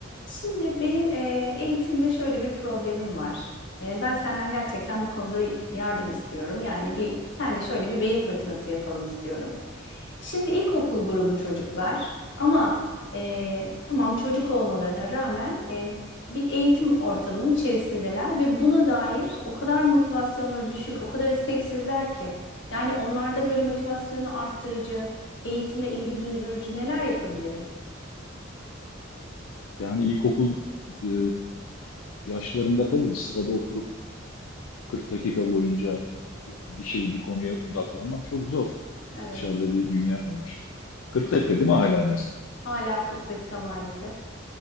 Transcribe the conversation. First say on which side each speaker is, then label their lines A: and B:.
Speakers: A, on the left (about 60°); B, on the left (about 80°).
A: Şimdi benim eee, eğitimde şöyle bir problemim var. Eee, ben senden gerçekten bu konuda yardım istiyorum. Yani bir senle şöyle bir beyin fırtınası yapalım istiyorum. Şimdi ilkokul grubu çocuklar ama eee, tamam çocuk olmalarına rağmen eee, bir eğitim ortamının içerisindeler ve buna dair o kadar motivasyonları düşük, o kadar isteksizler ki. Yani onlarda böyle motivasyonu arttırıcı, eğitime ilgi duydurucu neler yapabilirim?
B: Yani ilkokul e, yaşlarında tabii sırada oturup 40 dakika boyunca bir şey bir konuya odaklanmak çok zor.
A: Evet,
B: Dışarıda bir dünya var. 40
A: haklısın.
B: dakika değil mi hala dersler?
A: Hala 40 dakika maalesef.